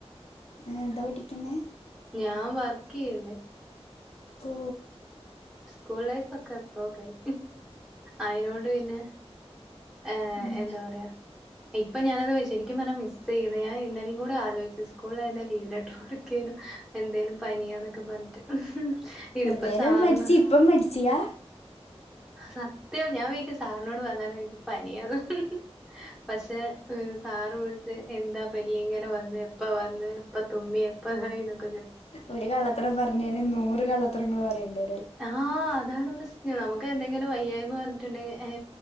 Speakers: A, on the left; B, in the centre.
A: ഏ എന്താ പഠിക്കുന്നെ
B: ഞാൻ വർക്കെയ്യല്ലേ
A: ഓ
B: സ്കൂൾ ലൈഫ് ഒക്കെ എപ്പോ കഴി അയിനോട് പിന്നെ ഏ
A: ഉം
B: എന്താ പറയാ ഇപ്പം ഞാനത് ശെരിക്കും പറഞ്ഞാ മിസ്സെയ്യ്ന്ന് ഞാൻ ഇന്നലിം കൂടെ ആലോയിച്ചു സ്കൂളിൽ ആയിരുന്നേൽ ലീവ് ലെറ്റർ കൊടുക്കേനു എന്തേലും പനിയാന്നൊക്കെ പറഞ്ഞിട്ട് ഇതിപ്പോ
A: അന്നേരം
B: സാറിന്
A: മടിച്ച് ഇപ്പം മടിച്ചിയാ
B: സത്യവും ഞാൻ ഒരിക്കെ സാറിനോട് പറഞ്ഞാന്ന് എനിക്ക് പനിയാന്ന് പശെ സാറ് വിളിച്ച് എന്താ പനി എങ്ങനെ വന്ന് എപ്പ വന്ന് എപ്പ തുമ്മി എപ്പ ഇതായി തൊക്കെ
A: ഒരു കള്ളത്തരം പറഞ്ഞേന് നൂറ് കള്ള ത്തരങ്ങള് പറയണ്ട്
B: ആഹ് അതാണ് പ്രശ് <unintelligible> ഒക്കെ എന്തെങ്കിലും വയ്യായ്മ പറഞ്ഞിട്ടുണ്ടെങ്കി ഏ